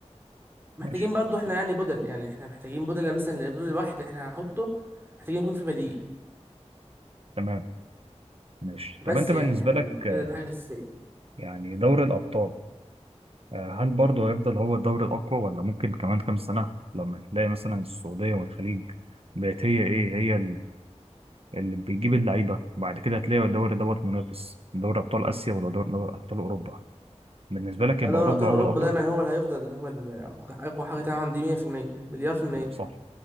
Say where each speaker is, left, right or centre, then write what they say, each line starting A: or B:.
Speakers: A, on the right; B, on the right.
A: محتاجين
B: ماشي
A: برضو احنا يعني بدلة يعني احنا محتاجين بدلة مثلا لكل واحد احنا هنحطه محتاجين يكون في بديل
B: تمام ماشي
A: بس
B: طب انت
A: يعني
B: بالنسبه
A: احنا
B: لك
A: ما
B: آه،
A: ده, ده حاجة أساسية
B: يعني دوري الابطال آه، هل برضه هيفضل هو الدوري الاقوى ولا ممكن كمان كام سنه لما تلاقي مثلا السعوديه والخليج بقت هي ايه هي اللي بيجيب اللعيبه وبعد كده هتلاقي الدوري دوت منافس دوري ابطال اسيا ولا دوري دوري ابطال اوروبا بالنسبه لك
A: لا
B: يبقى
A: دوري
B: اوروبا
A: أبطال
B: هو
A: أوروبا
B: الافضل
A: دايما هو اللي هيفضل هو ال- أقوى أقوى حاجة طبعا دي 100% مليار في المية
B: لا صح